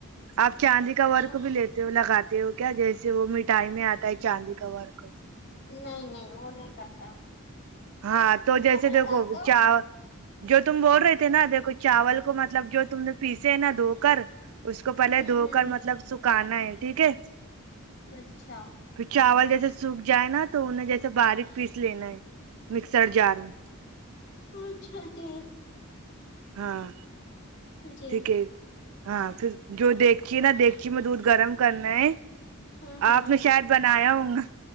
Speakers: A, on the right (about 75°); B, on the left (about 55°).
A: آپ چاندی
B: اچھا
A: کا ورک بھی لیتے وہ لگاتے ہو کیا جیسے وہ مٹھائی میں آتا ہے چاندی کا وار خ
B: نہیں نہیں وہ نہیں کرتا
A: ہاں تو جیسے
B: آپ لگاتے
A: دیکھو
B: ہو
A: چا جو تم بول رہے تھے نہ دیکھو چاول کو مطلب جو تم نے پیسے ہے نا دھوپ کر اس کو پہلے
B: ہوں
A: دھو
B: ہوں
A: کر مطلب سکھانا ہے ٹھیک ہے
B: اچھا
A: پھر چاول جیسے سوکھ جائے نا تو انہیں جیسے باریک پیس لینا ہے مکسر جار میں
B: اچھا جی
A: ہاں
B: جی
A: ٹھیک ہے ہاں پھر جو دیکھچی ہے نہ دیکھچی میں دودھ گرم کرنا ہے
B: ہاں ہاں
A: آپ نے شاید بنایا ہونگا